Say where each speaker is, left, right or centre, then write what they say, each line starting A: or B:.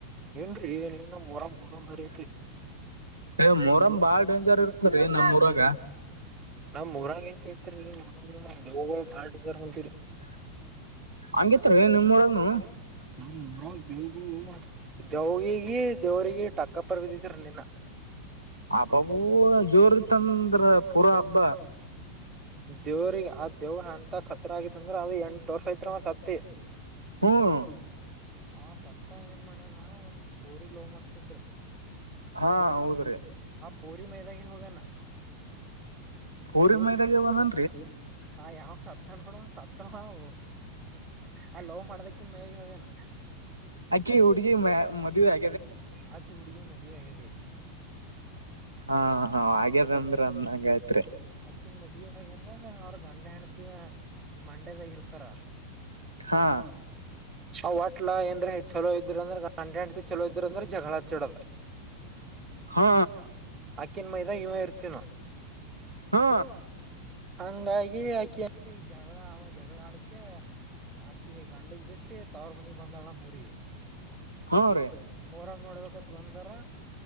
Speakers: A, on the right (about 20°); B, on the right (about 85°).
A: ಏನ್ರೀ ಇನ್ನ ಮುರ ಮುರಂ ಬಾರಿ ಐತ್ರಿ
B: ಏ ಮೊಹರಂ ಬಾಳ್ ಡೇಂಜರ್ ಇರ್ತರಿ ನಮ್ ಊರಾಗ
A: ನಮ್ ಮುರಂಗ ಎಂತ ಕೇಳ್ತರಿರಿ ಮುರಂಗ ದೇವುಗಳು ಬಾಳ್ ಡಜಾರ್ ಬಂತೀರಿ
B: ಹಂಗಿತ್ ರೀ ನಿಮ್ಮ ಊರಾಗ ನು
A: ನ ದವಿಗೆ ದೇವ್ರಿಗೆ ಟಕ್ಕ ಪರ್ವದಿದ್ರ ನೀನ್ನ
B: ಹಬ್ಬಬು ಜೋರ್ತ್ತಂದ್ರ ಪೂರಾ ಹಬ್ಬ
A: ದೇವ್ರಿಗೆ ಆ ದೇವ್ ಎಂತ ಖತ್ರ ಆಗತಿ ಅಂದ್ರ ಅದ ಎಂಟ ವರ್ಷ ಐತ್ತ್ರ ಅವ ಸತಿ
B: ಹ್ಮ್
A: ಆ ಸತ್ತ ವ ಏನ್ ಮಾಡ್ಯನಾ ಒನ್ ಪೋರಿ ಲವ್ ಮಾಡ್ತೀನ ರೀ
B: ಹಾ ಹೌದ್ರಿ
A: ಪೌರಿ ಮಜೆದ ಕ ಹೋಗೋಗನ್ನ
B: ಪೂರಿ ಮೈದಾಗೆ ಬಂದನ
A: ಆ ಯಾವ್ ಸತ್ತ ನೋಡು ಸತ್ತವು ಆ ಲೋವ್ ಮಾಡ್ದಕಿನ್ ಮೇಗ ಹೋಗ್ಯನ
B: ಅಕ್ಕಿ ಹುಡುಗಿ <unintelligible> ಮದುವೆ ಆ
A: ಹಕ್ಕಿ ಹುಡುಗೆ ಮದುವೆ ಆಗದೆ
B: ಹಾ ಹಾಗ್ಯದಂದ್ರ ಅಂದಂಗಯ್ತ್ರಿ
A: ಅಕ್ಕಿನ ಮದ್ವೆ ಆಗಲ್ಲ ಅವ್ರ ಗಂಡ ಹೆಂಡತಿ ಮಂಡ್ಯದಾಗಿ ಇರ್ತಾರ
B: ಹಾ
A: ಆ ವಟ್ಲಾ ಏನ್ರ ಚಲೋ ಇದ್ರ ಅಂದ್ರೆ ಗಂಡಂಡತಿ ಚಲೋ ಇದ್ರ ಅಂದ್ರೆ ಜಗಳ ಚಡದ
B: ಹಾ
A: ಅಕ್ಕಿನ ಮೈದ ಇವ ಇರ್ತಿನ
B: ಹ್ಮ
A: ಹಂಗಾಗಿ ಆಕಿ ಜಗಳ ಆ ಜಗಳ ಆಡಕ <inaudible> ಆಕಿ ಗಂಡಗೆ ಬಿಟ್ಟು ತವ್ರ ಮನೆಗೆ ಬಂದಳ ನ ಮುರಿ
B: ಹಾ ರೆ
A: ಮೊಹರಂ ನೋಡ್ಬೇಕತ್ ಬಂದಾರ